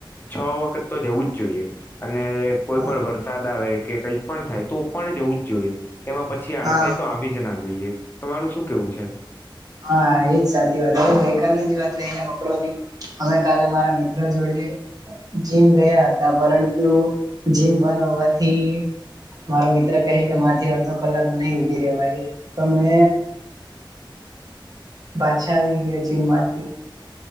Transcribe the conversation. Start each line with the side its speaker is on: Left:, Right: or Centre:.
Left: છ વખત તો જવું જ જોઈએ, અને કોઈપણ
Right: હા
Left: વષૅ વરસાદ આવે કે કંઈ પણ થાય તો પણ જવું જ જોઈએ તેમાં પછી આડ
Right: હા
Left: થાયતો આવી જના. જોઈએ તમારું શું. કેવું છે
Right: હા, એજ સાચી વાત હવે ગઈકાલની જ વાત લઈને પકડવાની. અમે કાલે મારા મિત્ર જોડે જીમ ગયા હતા. ના પરંતુ જીમ બંધ હોવાથી મારો મિત્ર કહે કે, માંથી અડધો કલાક નહીં ઊભી રેવાય તમે. પાછા આવી ગયા જીમમાંથી.